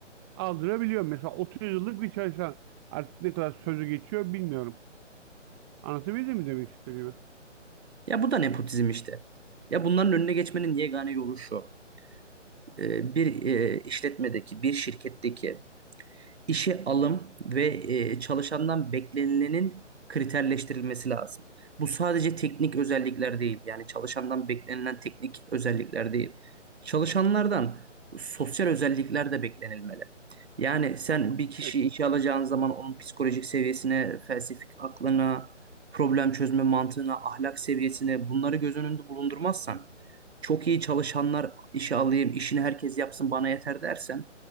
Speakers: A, on the right; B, on the right.
A: aldırabiliyor. Mesela 30 yıllık bir çalışan artık ne kadar sözü geçiyor bilmiyorum. Anlatabildim mi demek istediğimi?
B: Ya bu da nepotizm işte. Ya bunların önüne geçmenin yegane yolu şu. Ee, Bir e, işletmedeki, bir şirketteki işe alım ve e, çalışandan beklenilenin kriterleştirilmesi lazım. Bu sadece teknik özellikler değil. Yani çalışandan beklenilen teknik özellikler değil. Çalışanlardan sosyal özellikler de beklenilmeli. Yani sen bir kişiyi
A: Evet.
B: işe alacağın zaman onun psikolojik seviyesine, felsefik aklına, problem çözme mantığına, ahlak seviyesine bunları göz önünde bulundurmazsan, çok iyi çalışanlar işe alayım, işini herkes yapsın bana yeter dersen